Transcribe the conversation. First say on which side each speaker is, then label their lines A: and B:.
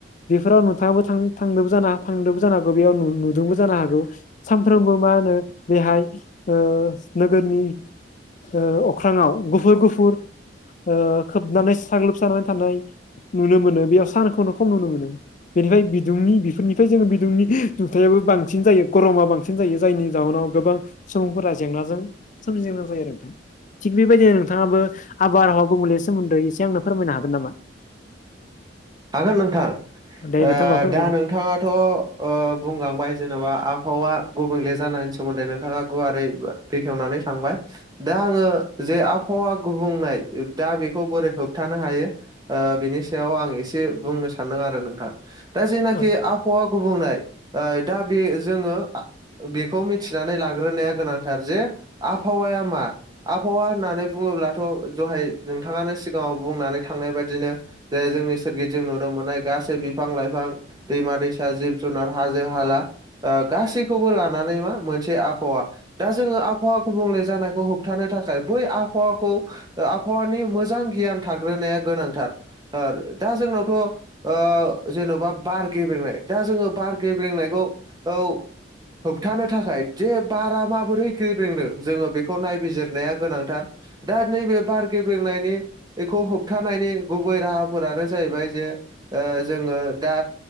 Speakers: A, on the left (about 40°); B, on the right (about 20°).
A: बेफोराव नोंथाङाबो थां-थांदोबो जानो थांदोंबो जानो हागौ बेयाव नुदोंबो जानो हागौ सानफ्रोमबो मा होनो बेहाय ओ नोगोरनि ओ अख्राङाव गुफुर गुफुर ओ खोबनानै साग्लोबसानानै थानाय नुनो मोनो बेयाव सानखौनो खम नुनो मोनो बेनिफ्राय बिदुंनि बेफोरनिफ्राय जोङो बिदुंनि <unintelligible> दुंथायाबो बो बांसिन जायो गरमा बांसिन जायो जायनि जाहोनाव गोबां सुबुंफोरा जेंनाजों सोमजिनो गोनां जायो आरो नोंथां। थिग बेबायदिनो नोंथाङाबो आब बारहावा गुबुंले सोमोन्दै एसे आंनो फोरमायनो हागोन नामा?
B: हागोन नोंथां
A: दे
B: ओ
A: नोंथां होमबा फोरमायनाय
B: दा नोंथाङाथ ओ बुंलांबाय जेनबा आब हावा गुबुंले जानायनि सोमोन्दै नोंथाङा गुवारै बेखेवनानै थांबाय। दा आङो जे आबहावा गुबुंनाय दा बेखौ बोरै होबथानो हायो ओ बेनि सायाव आं एस से बुंनो सानदों आरो नोंथां। दा जेनाखि
A: ओ
B: आबहावा गुबुंनाय ओ दा बे जोङो आ बेखौ मि थिनानै लाग्रोनाया गोनांथार जे आबहावाया मा आबहावा होननानै बुङोब्लाथ' दहाय नोंथाङानो सिगाङाव बुंनानै थांनाय बादिनो जे जोंनि सोरगि जों नुनो मोननाय गासै बिफां लाइफां दैमा दैसा जिब जुनार हाजो हाला ओ गास सैखौबो लानानै मा मोनसे आबहावा दा जोङो आबहावा गुबुंले जानायखौ होबथानो थाखाय बै आबहावाखौ ओ आबहावानि मोजां गियान थाग्रोनाया गोनांथार ओ दा जोंनाव थ ओ जेन'बा बार गेब्रेंनाय दा जोङो बार गेब्रेंनायखौ औ होबथानो थाखाय जे बारा माबोरै ग्रेब्रेंदों जोङो बेखौ नायबिजिरनाया गोनांथार। दा नैबे बार गेब्रेंनायनि एखौ होबथानायनि गुबै राहाफोरानो जाहैबाय जे ओ जोङो दा